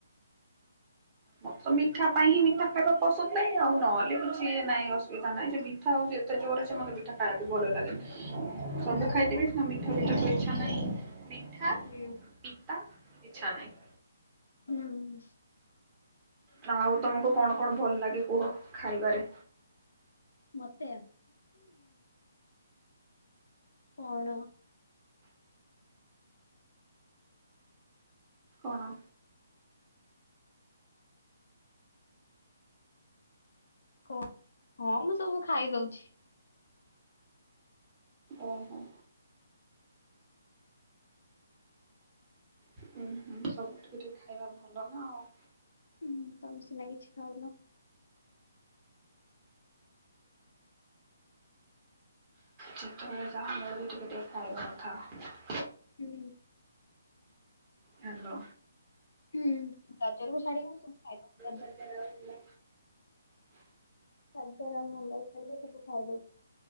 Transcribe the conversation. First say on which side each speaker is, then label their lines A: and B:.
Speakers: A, on the right; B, on the left.
A: ମତେ ତ ମିଠା ପାଇଁ ହିଁ ମିଠା ଖାଇବା ପସନ୍ଦ ନାଇଁ ଆଉ ନହେଲେ କିଛି ଇଏ ନାଇଁ ଅସୁବିଧା ନାଇଁ ଯେ ମିଠା ହଉଚି ଏତେ ଜୋରରେ ଯେ ମୋତେ ମିଠା ଖାଇବାକୁ ଭଲ ଲାଗେନି। ସବୁ
B: ହୁଁ
A: ଖାଇଦେବି ସ ମିଠା ବିଠ ତ ଇଚ୍ଛା ନାହିଁ ମିଠା
B: ହୁଁ।
A: ପିତା ଇଚ୍ଛା ନାହିଁ।
B: ହୁଁ।
A: ନା ଆଉ ତମକୁ କଣ କଣ ଭଲ ଲାଗେ କୁହ ଖାଇବାରେ?
B: ମତେ ପଣ
A: କଣ?
B: କ ହଁ ମୁଁ ସବୁ ଖାଇଦଉଛି।
A: ଓହୋ। ହୁଁ ହୁଁ ସବୁ ଟିକେ ଟିକେ ଖାଇବା ଭଲ ନା ଆଉ।
B: ହୁଁ ତମେ ସିନା କିଛି ଖାଉନ।
A: ଯେତେବେଳେ ଯାହା ମିଳିବ ଟିକେ ଟିକେ ଖାଇବା କଥା।
B: ହୁଁ।
A: ହାଲୋ।
B: ହୁଁ ଗାଜର କୁ ଛାଡି ମୁଁ ସବୁ ଖାଇଦଉଚି।
A: ଗାଜର ରହିଲା।
B: ଖଜାର ମୁଣ୍ଡା ଖାଲି ହେଟୁ ଖାଇଦଉଛି।